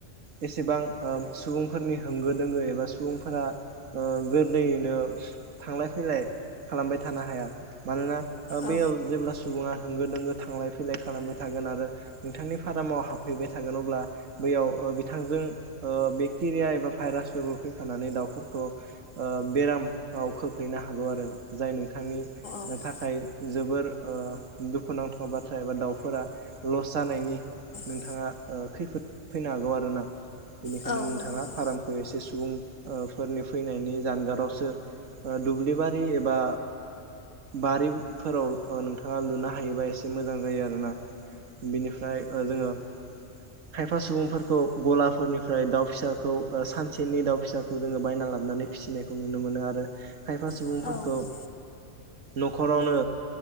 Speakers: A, on the right; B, on the left.
A: एसेबां ओ सुबुंफोरनि होंगो दोंगो एबा सुबुंफोरा ओ गोरलैयैनो थांलाय फैलाय खालामबाय थानो हाया मानोना
B: औ
A: बेयाव जेब्ला सुबुङा होंगो दोंगो थांलाय फैलाय खालामबाय थागोन आरो नोंथांनि फार्माव हाबफैबाय थागोन अब्ला बैयाव बिथांजों बेक्टेरिया एबा भाइरासफोरबो फैफानानै दाउफोरखौ बेराम खोख्लैनो हागौ आरो जाय नोंथांनि
B: नंगौ
A: थाखाय जोबोर दुखुनांथाव बाथ्रा एबा दाउफोरा लस जानायनि नोंथाङा
B: औ
A: खैफोद फैनो हागौ आरो ना बेनिखायनो
B: औ
A: नोंथाङा
B: औ
A: फार्मखौ एसे सुबुं फोरनि फैनायनि जानगारावसो दुब्लिबारि एबा बारिफोराव नोंथाङा लुनो हायोबा एसे मोजां जायो आरोना बिनिफ्राय जोङो खायफा सुबुंफोरखौ गलाफोरनिफ्राय दाउ फिसाखौ सानसेनि दाउ फिसाखौ जोङो बायना लाबोनानै फिसिनायखौ नुनो मोनो आरो खायफा सुबुंफोरखौ
B: औ
A: न'खरावनो